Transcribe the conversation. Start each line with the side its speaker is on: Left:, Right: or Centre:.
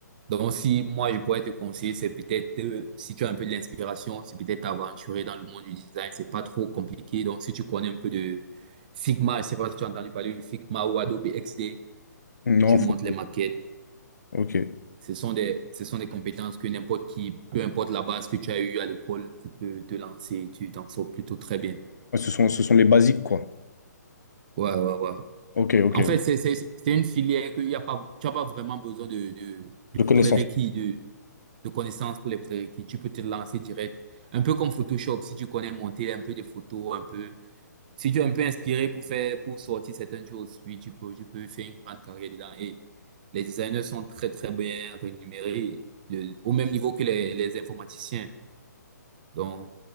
Right: Donc, si moi, je pourrais te conseiller, c'est peut-être, euh, si tu as un peu de l'inspiration, c'est peut-être t'aventurer dans le monde du design, c'est pas trop compliqué. Donc, si tu connais un peu de Figma, je sais pas si tu as entendu parler de Figma ou Adobe XD,
Left: Non,
Right: tu
Left: faut-
Right: montes les maquettes.
Left: ok. Ouais,
Right: Ce sont des, ce sont des compétences que n'importe qui, peu importe la base que tu as eue à l'école, tu peux te lancer tu t'en sors plutôt très bien.
Left: Ce sont, ce sont les basiques, quoi.
Right: Ouais, ouais, ouais.
Left: Ok, ok,
Right: En fait, c'est, c'est, c'est une filière que y a pas, tu n'as pas vraiment besoin de, de,
Left: de
Right: de
Left: connaissances.
Right: prérequis, de, de connaissances pour les prérequis. Tu peux te lancer direct. Un peu comme Photoshop, si tu connais monter un peu des photos, un peu, si tu es un peu inspiré pour faire, pour sortir certaines choses, oui, tu peux, tu peux faire une grande carrière dedans. Et les designers sont très, très bien rémunérés, de- au même niveau que les, les informaticiens. Donc,